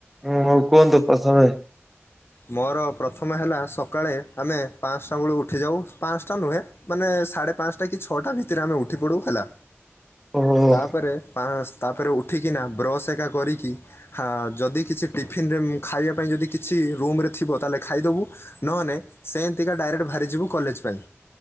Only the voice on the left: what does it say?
ମୋର ପ୍ରଥମ ହେଲା ସକାଳେ ଆମେ ପାଞ୍ଚଟା ବେଳୁ ଉଠିଯାଉ। ପାଞ୍ଚଟା ନୁହେଁ ମାନେ ସାଢେ ପାଞ୍ଚଟା କି, ଛଅଟା ଭିତରେ ଆମେ ଉଠି ପଡୁ ହେଲା।
ତାପରେ ପାନସ୍ ତାପରେ ଉଠିକିନା ବ୍ରସ୍ ଏକା କରିକି ହଁ ଯଦି କିଛି ଟିଫିନ ରେ ଖାଇବା ପାଇଁ ଯଦି କିଛି ରୁମରେ ଥିବ ତାହେଲେ ଖାଇଦବୁ, ନହେନେ ସେ ଏମତିକା ଡାଇରେକ୍ଟ ବାହାରିଯିବୁ କଲେଜ ପାଇଁ।